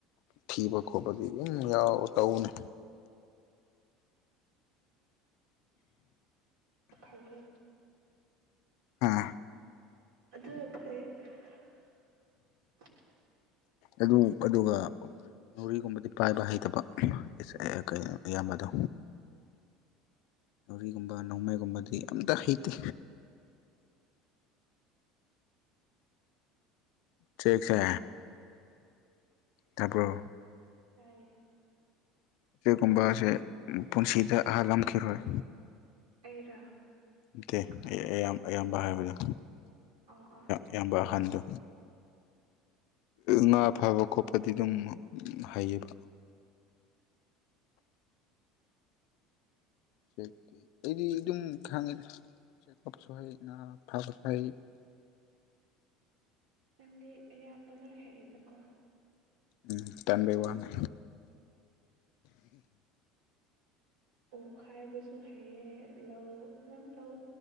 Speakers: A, on the left; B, on the right.
A: ꯊꯤꯕ ꯈꯣꯠꯄꯗꯤ ꯑꯗꯨꯨꯝ ꯌꯥꯎ ꯇꯧꯅꯦ
B: ꯐꯥꯌꯦ
A: ꯑꯥ
B: ꯑꯗꯨ ꯐꯩꯌꯦ <inaudible>
A: ꯑꯗꯨ ꯑꯗꯨꯒ ꯔꯤꯒꯨꯝꯕꯗꯤ ꯄꯥꯏꯕ ꯍꯩꯇꯕ ꯀ ꯏꯌꯥꯝꯕꯗꯣ
B: ꯎꯝ
A: ꯊꯧꯔꯤꯒꯨꯝꯕ ꯅꯣꯡꯃꯩꯒꯨꯝꯕꯗꯤ ꯑꯝꯇ ꯍꯩꯇꯦ ꯆꯦꯛꯁꯦ ꯇꯥꯕ꯭ꯔꯣ
B: ꯇꯌꯦ
A: ꯑꯁꯤꯒꯨꯝꯕꯁꯦ ꯄꯨꯟꯁꯤꯗ ꯍꯥꯜꯂꯝꯈꯤꯔꯣꯏ
B: ꯑꯩꯔꯥ
A: ꯅꯠꯇꯦ
B: ꯀꯅꯥꯅꯣ
A: ꯑꯌꯥꯝ ꯑꯌꯥꯝꯕ ꯍꯥꯏꯕꯗꯣ
B: ꯑꯥ ꯑꯥ
A: ꯑꯌꯥꯝꯕ ꯑꯍꯟꯗꯣ ꯉꯥ ꯐꯕ ꯈꯣꯠꯄꯗꯤ ꯑꯗꯨꯝ ꯍꯩꯌꯦꯕ ꯆꯦꯛꯇꯤ ꯑꯩꯗꯤ ꯑꯗꯨꯝ ꯈꯪꯉꯤꯗ ꯆꯦꯛꯑꯞꯁꯨ ꯍꯩ ꯉꯥ ꯐꯥꯕꯁꯨ ꯍꯩ
B: ꯅꯪꯗꯤ ꯑꯌꯥꯝꯕ ꯂꯣꯏꯔꯛꯏꯗꯀꯣ
A: ꯎꯝ ꯇꯟꯕꯩ ꯋꯥꯅꯦ
B: ꯎꯪꯈꯥꯏꯕꯁꯨ ꯍꯩꯌꯦ ꯂꯧ ꯅꯪ ꯂꯧ